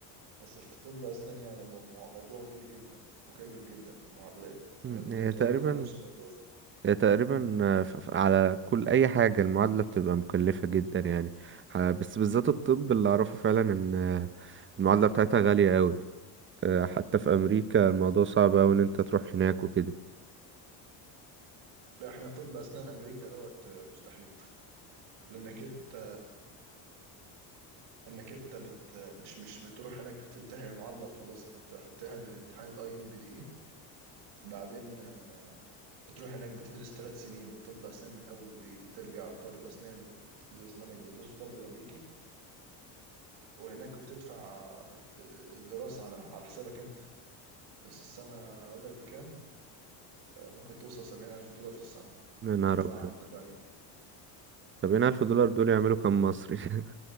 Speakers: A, on the right; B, on the right.
A: بس في طب أسنان يعني مو- موضوع غير جدا مكلف جدا في المعادلات طب
B: مم،
A: انت-
B: هي
A: انتوا
B: تقريبا
A: عندكم نفس الموضوع في
B: هي تقريبا آه، ف- ف- على كل اي حاجة المعادلة بتبقى مكلفة جدا يعني آه، بس بالذات الطب اللي اعرفه فعلا ان آه، المعادلة بتاعتها غالية أوي آه، حتى في امريكا الموضوع صعب أوي ان انت تروح هناك وكده
A: لا احنا طب اسنان امريكا دوت آه، مستحيل لانك انت انك انت بت مش مش بتروح هناك بتمتحن المعادله وخلاص انت بتمتح- بتمتحن امتحان الاي ان بي دي اي بعدين آه، بتروح هناك بتدرس ثلاث سنين طب اسنان من اول وجديد بترجع طالب اسنان تدرس المنهج اللي بيدرسه الطالب الامريكي وهناك بتدفع الت- الدراسه على على حسابك انت بس السنه اقول لك بكام آه، ممكن توصل 70000 دولار في السنه
B: يا نهار
A: هتدفعها
B: أبيض
A: انت بقى من
B: طب هنا ألف دولار دول يعملوا كام مصري <laughs>